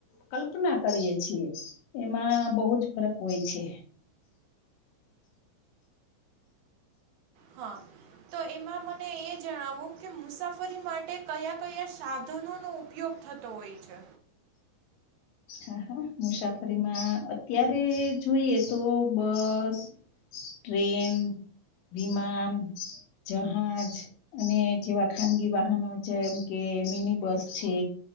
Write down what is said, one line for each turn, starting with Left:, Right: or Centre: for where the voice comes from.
Left: કલકલ્પના કરીએ છીએ એમાં બહુ જ ફરક હોય છે.
Right: હા તો એમાં મને એ જણાવો કે મુસાફરી માટે કયા કયા સાધનોનો ઉપયોગ થતો હોય છે.
Left: હા મુસાફરીમાં અત્યારે જોઈએ તો બસ, ટ્રેન, વિમાન, જહાજ અને જેવા ખાનગી વાહનો જેમ કે મિની બસ છે,